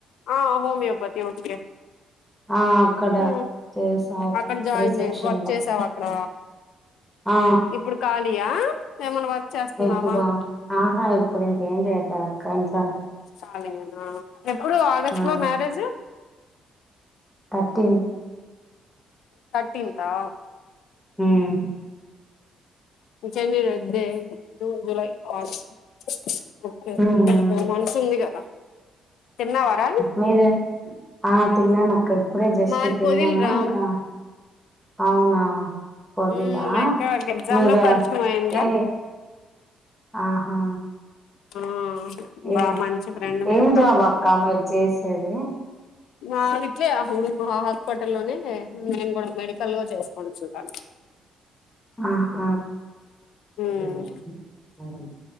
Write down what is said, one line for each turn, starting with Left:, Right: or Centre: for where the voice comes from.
Left: ఆ హోమియోపతి ఓకే
Centre: ఆ అక్కడ
Left: ఊ
Centre: చేసా
Left: అక్కడ జాయిన్
Centre: రిసెప్షన్
Left: చే వర్క్
Centre: లో
Left: చేసావ అక్కడ
Centre: ఆ
Left: ఇప్పుడు ఖాళీ యా ఏమన్నా వర్క్ చేస్తున్నావా
Centre: ఇప్పుడు ఆహా ఇప్పుడు ఇంకేం చెయట్లేదు అక్క ఇంట్లోనే
Left: ఖాళీ యేన ఎప్పుడు ఆగస్టు
Centre: ఆ
Left: లో మ్యారేజ్
Centre: తర్టీన్
Left: తర్టీన్తా
Centre: ఉమ్
Left: ఇంకెన్ని డేస్ లే జూన్ జులై ఆస్టు ఓకే
Centre: ఉమ్
Left: ఒకే టూ మంత్స్ ఉంది కదా తిన్నవారా
Centre: మీరెం ఆ తిన్నాను అక్క ఇప్పుడే జస్ట్
Left: మాది
Centre: తిన్నాను
Left: పొదిల్ రా
Centre: ఇంకా అవునా పోదిలా
Left: హ్మ్ మా
Centre: ఆ
Left: యక్క ఒక ఎగ్జామ్
Centre: మీద
Left: లో పరిచయం అయిందా
Centre: ఏ ఆహా
Left: ఊ బా
Centre: ఏ
Left: మంచి ఫ్రెండ్ మీ
Centre: ఏం
Left: అక్క
Centre: జాబ్ మీరు చేసేది
Left: నావిట్లే హడు హాస్పిటల్ లోనే నేను కూడా మెడికల్ గా చేసుకుంటుంటాను
Centre: ఆహ
Left: ఉమ్
Centre: నువ్వే గానికి దాని